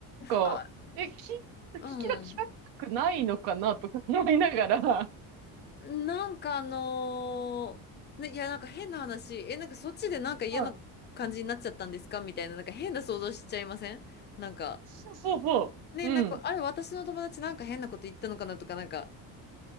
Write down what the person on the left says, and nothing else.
あ、
うん。
なんかあのーね、いや、なんか変な話。え、なんかそっちでなんか嫌な感じになっちゃったんですかみたいな、
なんか変な想像しちゃいませんなんか、
ね、なんか、
あれ、私の友達なんか変なこと言ったのかなとか、なんか、